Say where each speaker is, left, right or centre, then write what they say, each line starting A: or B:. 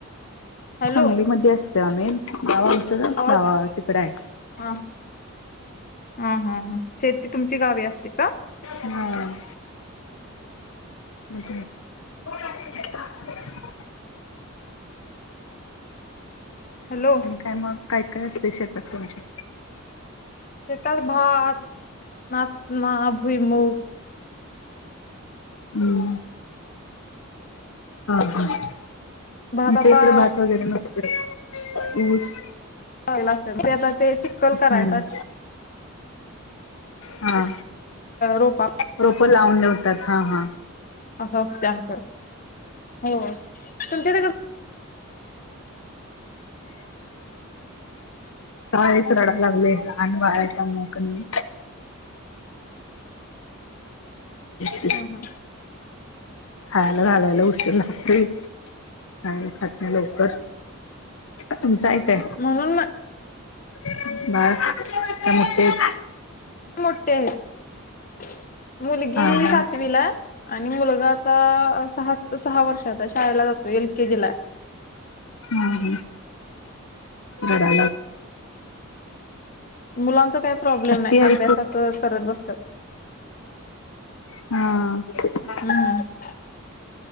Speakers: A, on the left (about 40°); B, on the left (about 70°).
A: हॅलो
B: सांगलीमध्ये असत आम्ही नगाव आमचं
A: आवाज
B: नावा तिकड आहे.
A: हा हा हा ह शेती तुमची गावी असते का?
B: हम्म <unintelligible>
A: हॅलो
B: त्या मग काय काय असले शेतात तुमचे.?
A: शेतात भात, नाचणं, भुईमुख
B: हम् हा हा आ तुमच्या
A: भात आता
B: इकडं भात म ऊस
A: आता ते
B: हम्म
A: करायचा
B: हा
A: रोपा
B: रोपं लावून नवतात हा हा.
A: आमच्यावर हो तुमच्या
B: कायच रडाला लागलेय लहान वया त्या मोकनी <unintelligible>
A: हम् हम
B: खायला घालायला उशीर लारी खायला खात नाही लवकर. तुमचं ऐकय
A: म्हणून मग
B: <unintelligible>
A: मोठे आहेत मुलगी
B: हा हा
A: सातवीला आणि मुलगा आता सहा सहा वर्षाचा शाळेला जातो एल केजी ला.
B: हम् हडा
A: मुलांच काही प्रॉब्लेम
B: हट्टी
A: नाही
B: आहे
A: अभ्यासाच करत बसतात.
B: हां
A: नांत